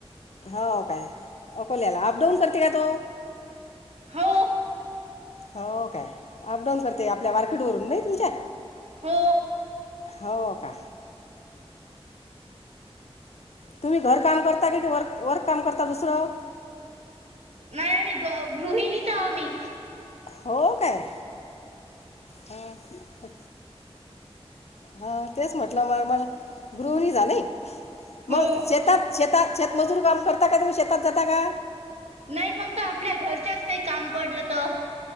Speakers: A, on the left; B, on the right.
A: हो काय अकोल्याला अप डाऊन करते का तो?
B: हो.
A: हो काय अपडाऊन करते आपल्या वारखेड वरून नाही तुमच्या
B: हो.
A: हो का. तुम्ही घर काम करता कि व वर्क काम करता दुसरं
B: नाही नाही ग गृहिणीच आहे मी.
A: हो काय हम्म. हा तेच म्हटलं म मला गृहिणीच आहे ना.
B: हो
A: मग शेतात शेतात शेतमजूर काम करता का तुम्ही शेतात जाता का?
B: नाही फक्त आपल्या घरच्याच काही काम पडलं तर